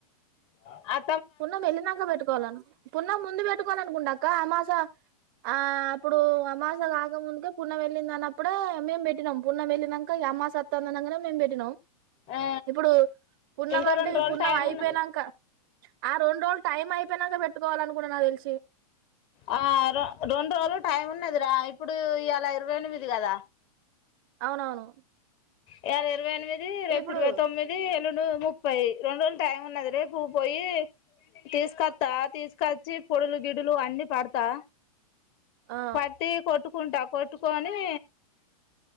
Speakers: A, on the left; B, on the right.
A: అ
B: పున్నం వెళ్ళినంక పెట్టుకోవాలను పున్నం ముందు పెట్టుకోవాలనుకుంట అక్క అమాస క్క ఆ అప్పుడు అమాస కాకముందు కు పున్నం ఏళ్ళింది అన్నప్పుడే మేము పెట్టినం పున్నం ఎళ్ళినంక ఇగ అమాస అత్తంది అనంగనే మేము పెట్టినం
A: ఆ
B: ఇప్పుడు పున్నం
A: ఇంకా
B: అంటే
A: రెండు రోజులు
B: ఈ పున్నం
A: టైం ఉన్న
B: పోయినంక ఆ రెండు రోజులు టైం అయిపోయినంక పెట్టుకోవాలనుకుంట నాకు తెలిసి
A: ఆ రో రెండు రోజులు టైమ్ ఉన్నది రా ఇప్పుడు ఈయాల ఇరవై ఎనిమిది కదా
B: అవునవును
A: ఈయాల ఇరవై ఎనిమిది, రేపు
B: ఇప్పుడు
A: ఇరవై తొమ్మిది, ఎల్లుండి డు ముప్పై, రెండు రోజులు టైం ఉన్నది. రేపు పోయి తీసుకొత్తా తీసుకచ్చి, పొడులు గిడులు అన్ని పడ్తా.
B: ఆ
A: పట్టి కొట్టు కుంటా కొట్టుకోనీ